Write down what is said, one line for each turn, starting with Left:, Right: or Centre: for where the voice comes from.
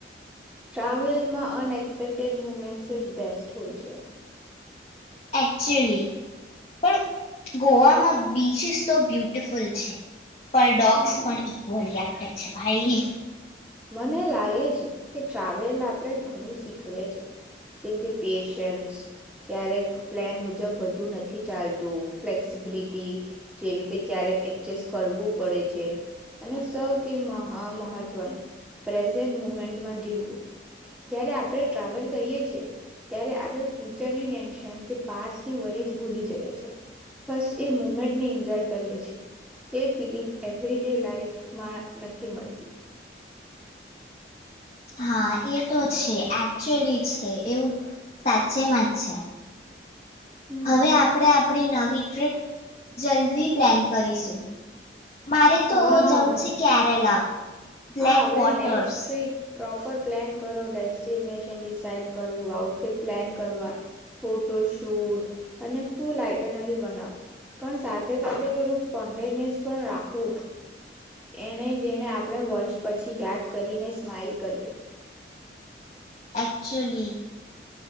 Centre: ટ્રાવેલમાં અનએક્સપેક્ટેડ મુમેન્ટસ જ બેસ્ટ હોય છે.
Left: એકક્ચુલી પણ ગોવામાં બીચિસ તો બ્યુટિફુલ છે. પર ડોગ્સ
Centre: હા
Left: પણ ઇક્વલી એક્ટિવ છે. ભાઈ
Centre: મને લાગે છે કે ટ્રાવેલ આપણે ઘણું શીખવે છે જેમ કે પેશન્સ ક્યારેક પ્લાન મુજબ બધું નથી ચાલતું ફ્લેક્સિબિલિટી જેવી રીતે ક્યારેક એડજસ્ટ કરવું પડે છે અને સૌથી મહા મહત્વનું પ્રેઝન્ટ મુમેન્ટમાં જીવવું જ્યારે આપણે ટ્રાવેલ કરીએ છેએ ત્યારે આપણે ફ્યુચરની ટેન્શન કે પાની વરીઝ ભૂલી જઈએ છે બસ એ મુમેન્ટને એન્જોય કરીએ છ છેએ એ ફિલિંગ એવરી ડે લાઈફમાં નથી મળતી.
Left: હા એ તો છે એકચુઅલી છે એવું સાચેમાં જ છે.
Centre: હમ
Left: હવે આપડે આપ આપણી નવી ટ્રીપ જલ્દી પ્લેન કરીશું. મારે તો
Centre: હા
Left: જવું છે કેરેલા. બ્લેક
Centre: હા આપડે
Left: waters
Centre: next trip proper plan કરો દેસ. ડેસ્ટીનેસન ડિસાઈડ કરવું, આઉટફિટ પ્લાન કરવા, ફોટો શૂટ અને ફૂ આઇટનરી બનાવું પણ સાથે સાથે થોડુંક સ્પોટેનિયસ પણ રાખવું એને જેને આપણે વર્ષ પછી યાદ કરીને સ્માઈલ કરીએ.
Left: Actually.